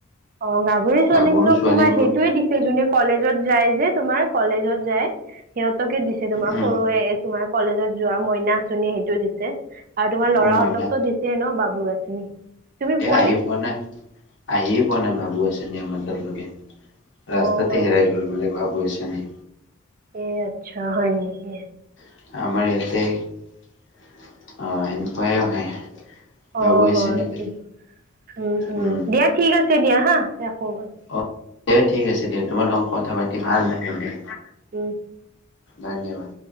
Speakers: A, on the right; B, on the left.
A: অ', গাভৰি ছোৱালী
B: গাভৰু
A: বলাক
B: ছোৱালীবোৰক
A: তোমাৰ সেইটোয়ে দি সেই জোনে কলেজত যায় যে তোমাৰ, কলেজত যায়। সিহঁতকে দিছে তোমাৰ,
B: উম
A: সৰুৱে তোমাৰ কলেজত যোৱা মইনা আঁচনি সেইটো দিছে। আৰু তোমাৰ ল'ৰাহঁতক
B: অ মইনা
A: তো দিছে ন' বাবু আঁচনি। তুমি
B: এ, আহি
A: নে
B: পোৱা নাই। আহিয়ে পোৱা নাই বাবু আচঁনি আমাৰ তাৰলৈকে। ৰাস্তাতে
A: অ হয়
B: হেৰাই
A: নেকি
B: গ'ল বোলে বাবু আঁচনি।
A: এ, আচ্ছা, হয় নিকি!
B: আমাৰ য়াতে, অ', এনেকুৱাই হয়।
A: অ',
B: বাবু আঁচনিতে
A: হয়, দেই। উ, উ,
B: উম
A: দিয়া ঠিক আছে দিয়া হাঁ, ৰাখো বাৰু।
B: অ' দিয়া ঠিক আছে দিয়া, তোমাৰ লগত কথা পাতি ভাল লাগিল দিয়া।
A: উম
B: ধন্যবাদ।